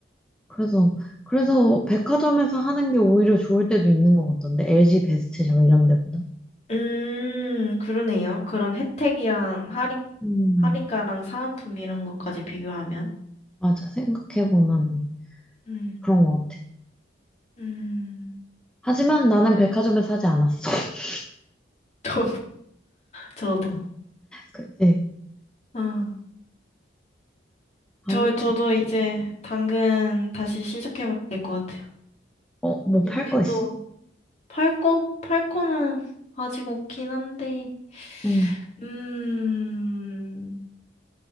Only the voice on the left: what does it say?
음, 그러네요. 그런 혜택이랑 할인,
할인가랑 사은품 이런 것까지 비교하면.
음,
음,
<laughs> 저도, 저도.
아.
저, 저도 이제 당근 다시 시작해봐야 될 것 같아요.
이제
또 팔고? 팔고는 아직 없긴 한데,
음,